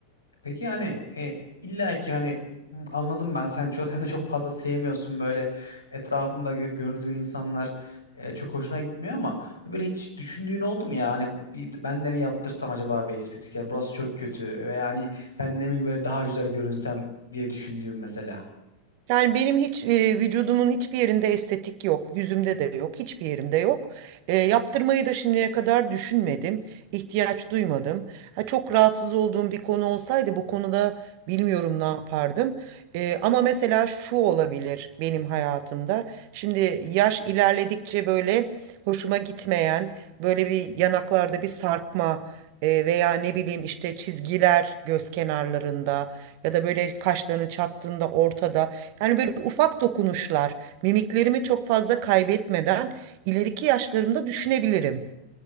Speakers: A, on the left; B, on the right.
A: Peki hani e, illa ki hani m- anladım ben sen çok sen de çok fazla sevmiyorsun böyle etrafında gö- gördüğün insanlar e, çok hoşuna gitmiyor ama böyle hiç düşündüğün oldu mu ya hani bir, ben de mi yaptırsam acaba bir estetik yani burası çok kötü ve yani ben de mi böyle daha güzel görünsem diye düşündüğüm mesela.
B: Yani benim hiç e, vücudumun hiçbir yerinde estetik yok. Yüzümde de yok. Hiçbir yerimde yok. E, yaptırmayı da şimdiye kadar düşünmedim. ihtiyaç duymadım. Ha, çok rahatsız olduğum bir konu olsaydı bu konuda bilmiyorum ne yapardım. E, ama mesela şu olabilir benim hayatımda. Şimdi yaş ilerledikçe böyle hoşuma gitmeyen böyle bir yanaklarda bir sarkma e, veya ne bileyim işte çizgiler göz kenarlarında ya da böyle kaşlarını çattığında ortada. Yani böyle ufak dokunuşlar mimiklerimi çok fazla kaybetmeden ileriki yaşlarımda düşünebilirim.